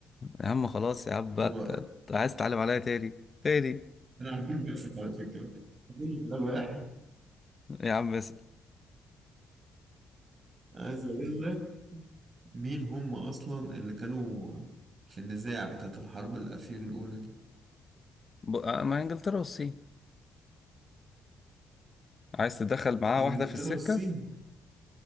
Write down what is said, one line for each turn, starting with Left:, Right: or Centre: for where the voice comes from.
Left: يا عم خلاص يا عم بقى
Right: طب
Left: أنت أنت عايز تتعلم عليا تاني تاني
Right: أنا على طول بكسب على فكرة فاضل لي سؤال واحد
Left: يا عم اسأل
Right: عايز أقول لك مين هم أصلا اللي كانوا في النزاع بتاعة الحرب الأفيون الأولى دي
Left: ب- مع إنجلترا والصين عايز تدخل معاه
Right: إنجلترا
Left: واحدة في السكة
Right: والصين